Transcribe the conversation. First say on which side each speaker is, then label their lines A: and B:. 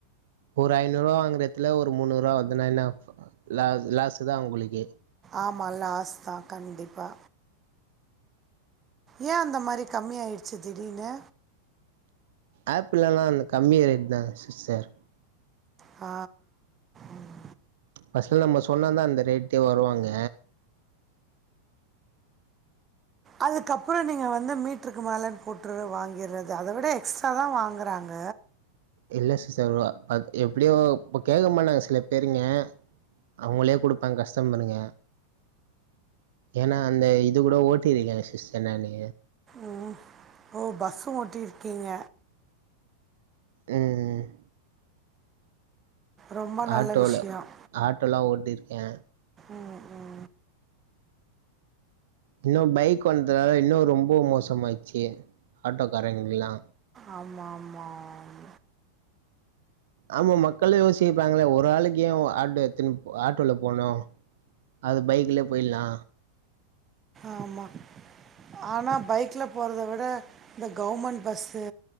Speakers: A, on the right (about 55°); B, on the right (about 20°).
A: ஒரு ஐநூறுவா வாங்குற எத்துல ஒரு முந்நூறுவா வர்துனா என்ன ஆகு லா லாஸுதா அவுங்களுக்கு
B: ஆமா லாஸ் தா கண்டிப்பா ஏ அந்த மாரி கம்மி ஆயிட்ச்சு திடீனு
A: ஆப்புலெலா அந்த கம்மி ரேட் தா சிஸ்டர்
B: ஆ ம்.
A: ஃபஸ்ட்ல நம்ம சொன்னாதா அந்த ரேட்டே வருவாங்க
B: அதுக்கப்புறோ நீங்க வந்து மீட்ருக்கு மேலன் போட்ரு வாங்கிற்றது அத விட எக்ஸ்ட்ரா தா வாங்குறாங்க
A: இல்ல சிஸ்டர் ஒ அத் எப்பிடியோ இப்ப கேக்கமாட்டாங்க சில பேருங்க அவுங்களே குடுப்பாங்க கஸ்டமருங்க ஏனா அந்த இது கூட ஓட்டிருக்கே சிஸ்டர் நானு
B: ம் ஓ பஸ்ஸு ஓட்டியிருக்கீங்க
A: ம்
B: ரொம்ப நல்ல
A: ஆட்டோல
B: விஷயம்
A: ஆட்டோலா ஓட்டிருக்கே
B: ம் ம்
A: இன்னு பைக் வந்ததுனால இன்னு ரொம்பா மோசமாய்ச்சு ஆட்டோக்காரங்ளுக்கலா
B: ஆம ஆமா ஆம்
A: ஆமா மக்களு யோசிப்பாங்கள ஒரு ஆளுக்கு ஏ ஒ ஆட்டோ எத்தனு ஆட்டோல போனு அது பைக்கிலே போய்ல்லா
B: ஆமா ஆனா பைக்ல போறத விட இந்த கவுமண் பஸ்ஸு